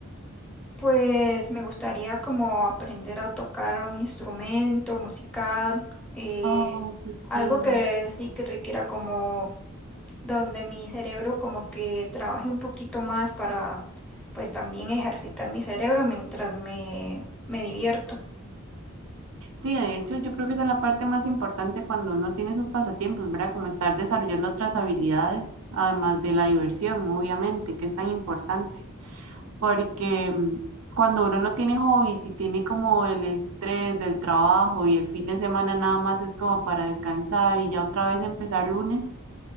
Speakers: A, in the centre; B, on the right.
A: Pues me gustaría como aprender a tocar un instrumento musical, eh,
B: Ay, qué
A: algo
B: chido.
A: que sí que requiera como donde mi cerebro como que trabaje un poquito más para pues también ejercitar mi cerebro mientras me, me divierto.
B: Sí, de hecho, yo creo que esa es la parte más importante cuando uno tiene esos pasatiempos, ¿verdad? Como estar desarrollando otras habilidades, además de la diversión, obviamente, que es tan importante. porque mm, cuando uno no tiene hobbies y tiene como el estrés del trabajo y el fin de semana nada más es como para descansar y ya otra vez empezar lunes,